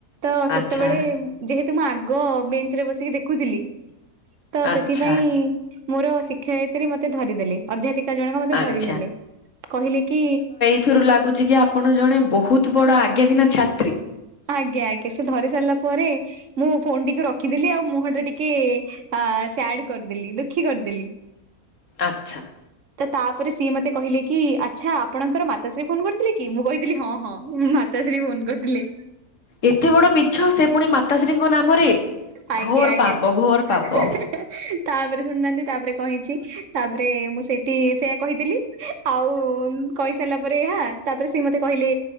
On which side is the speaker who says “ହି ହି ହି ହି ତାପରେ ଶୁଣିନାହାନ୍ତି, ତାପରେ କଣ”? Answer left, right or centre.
Right